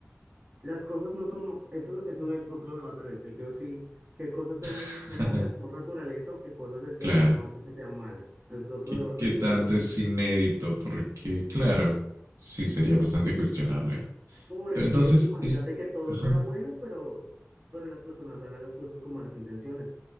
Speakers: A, on the right; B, on the right.
A: Las cosas no son, ma- eso, eso es otro debate, de hecho, hay que ver si qué cosas son,
B: <laughs>
A: son malas por naturaleza o qué cosas el ser
B: Claro.
A: humano hace que sean malas. Eso es otro
B: ¿Qué,
A: debate
B: qué
A: definitivamente.
B: tanto es inédito? Porque, claro, sí sería bastante cuestionable.
A: Porque
B: Pero entonces
A: imagínate
B: es...
A: que todo
B: Ajá.
A: sea bueno, pero, pero las personas hagan las cosas con malas intenciones.